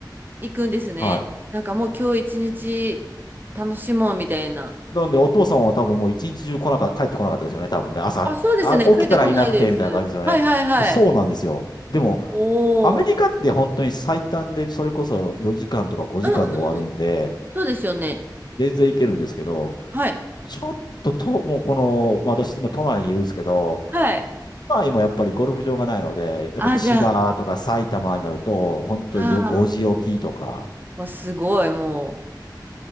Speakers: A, on the right; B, on the left.
A: 行くんですね。
B: はい。
A: なんかもう今日一日楽しもうみたいな。
B: なんで、お父さんは多分もう一日中来なか、帰ってこなかったですよね、多分ね。朝、
A: あ、そうですね。
B: あ、起きたらいなくて、
A: 帰ってこないです。
B: みたいな感じですよね。
A: はいはいはい。
B: そうなんですよ。でも、
A: おお。
B: アメリカって本当に最短で、
A: うん
B: それこそ4時間とか5時間で終わるんで、
A: うんうん。そうですよね。
B: 全然いけるんですけど、
A: はい。
B: ちょっと、と、もうこの、まあ、私今都内にいるんですけど、
A: はい。
B: 都内もやっぱりゴルフ場がないので、やっぱ千葉とか埼玉になると、
A: あ、じゃあ、
B: 本当よ5時起きとか、
A: ああわすごい、もう、